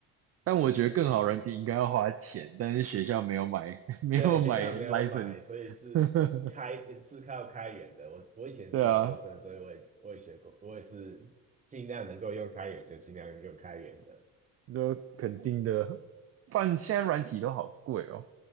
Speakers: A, on the right; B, on the right.
A: 但我觉得更好软体应该要花钱，但是学校没有买，<laughs> 没有买
B: 对，学校没有买，
A: license。
B: 所以是开是靠开源的。
A: <laughs>
B: 我我以前是研究生，
A: 对啊，
B: 所以我也我也学过，我也是尽量能够用开源就尽量用开源的。
A: 都肯定的，不然现在软体都好贵哦。